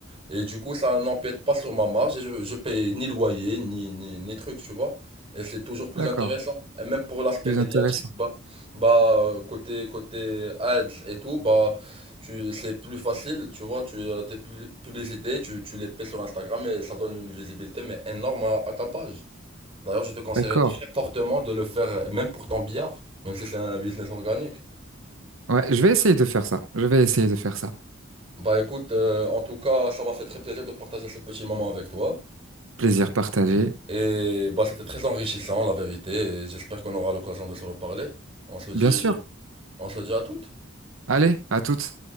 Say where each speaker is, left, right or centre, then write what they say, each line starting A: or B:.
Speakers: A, on the right; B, on the right.
A: Et du coup, ça n'empiète pas sur ma marge et je, je paye ni loyer, ni, ni, ni truc, tu vois. Et c'est toujours plus
B: d'accord.
A: intéressant. Et même pour l'aspect
B: Plus
A: médiatique,
B: intéressant.
A: bah, bah, euh, côté, côté ads et tout, bah, tu, c'est plus facile, tu vois. Tu as des pub- publicités, tu, tu les payes sur Instagram et ça donne une visibilité, mais énorme à, à ta page. D'ailleurs, je te conseillerais
B: D'accord.
A: très fortement de le faire, euh, même pour ton billard, même si c'est un business organique.
B: Ouais, je vais essayer de faire ça. Je vais essayer de faire ça.
A: Bah, écoute, euh, en tout cas, ça m'a fait très plaisir de partager ce petit moment avec toi.
B: Plaisir partagé,
A: Et bah, c'était très enrichissant, la vérité. et J'espère qu'on aura l'occasion de se reparler. On se dit,
B: bien sûr.
A: on se dit à toutes.
B: Allez, à toutes.